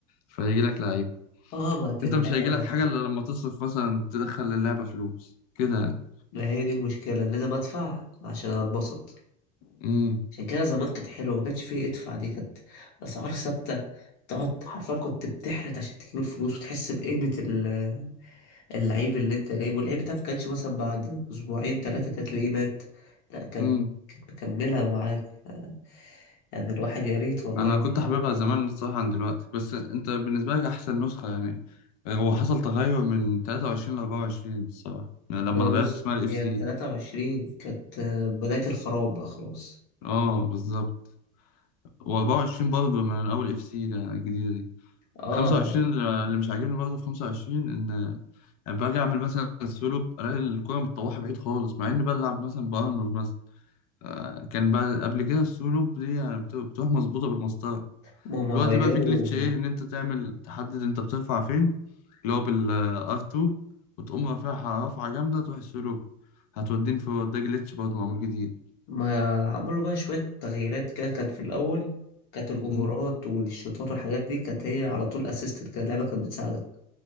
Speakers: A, on the left; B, on the left.
A: فهيجي لك لعيب
B: اه ما
A: أنت
B: اللعبة
A: مش هيجي لك
B: ما
A: حاجة إلا لما تصرف مثلا تدخل للعبة فلوس كده يعني
B: ما هي دي المشكلة أنا لازم أدفع عشان أتبسط
A: امم
B: عشان كده زمان كانت حلوة ما كانش فيه ادفع دي كانت أسعار ثابتة تقعد حرفيا كنت بتحرت عشان تجيب الفلوس وتحس بقيمة ال- اللعيب اللي انت جايبه اللعيب ده ما كانش مثلا بعد أسبوعين تلاتة كانت تلاقيه مات لا كان
A: امم
B: كانت مكملة معاك آه، يعني الواحد يا ريت والله
A: أنا كنت حاببها زمان الصراحة عن دلوقتي بس أنت بالنسبة لك أحسن نسخة يعني آه، هو حصل تغير من 23 ل 24 الصراحة يعني لما
B: أنا
A: اتغيرت
B: بص
A: اسمها الإف
B: هي
A: سي
B: التلاتة وعشرين كانت آه، بداية الخراب بقى خلاص
A: اه بالظبط و24 برضه من اول اف سي الجديده دي
B: اه
A: 25 اللي مش عاجبني برضه في 25 ان يعني باجي اعمل مثلا سولو الاقي الكوره متطوحه بعيد خالص مع اني بلعب مثلا بارنولد مثلا آه، كان بعد قبل كده السولو دي يعني بت- بتروح مظبوطه بالمسطره
B: ما هم
A: دلوقتي
B: غيروا
A: بقى في جليتش ايه ان انت تعمل تحدد انت بترفع فين اللي هو بالار 2 وتقوم رافعها رفعه جامده تروح السولو هتودين في ده جليتش برضه معمول جديد
B: ما عملوا بقى شوية تغييرات كده كانت في الأول كانت الأوفرات
A: مم.
B: والشوطات والحاجات دي كانت هي على طول أسيستد كده اللعبة كانت بتساعدك